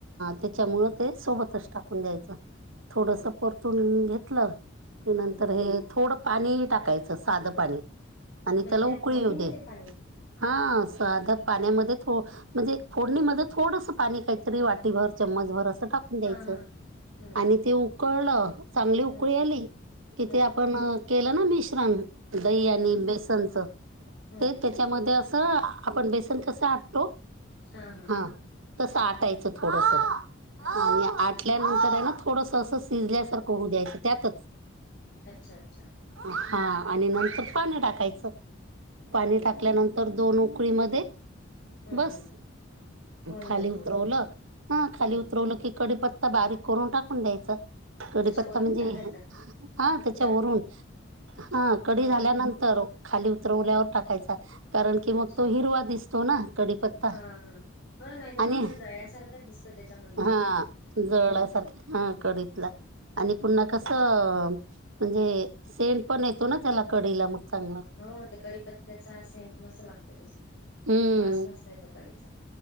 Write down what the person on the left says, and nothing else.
हम्म
हम्म
म्हणजे
त्या
फोडणीमध्ये
पाणी
हा हा हम्म
हम्म
हम्म
हम्म
हम्म
हम्म
हा, हा.
अच्छा
अच्छा, अच्छा! !
हम्म
हम्म
हम्म होऊन
जात
मग
हम्म
अशा वरून
टाकायचा का
ते आपली
हो
का
अच्छा
हा, हा. <unintelligible> नाही तर
तो असं जळण्यासारखा दिसतो त्याच्यामध्
हम्म
हो, ते कडीपत्त्याचा सेंट मस्त लागतो त्याचा,
वास मस्त येतो कडीत <inaudible>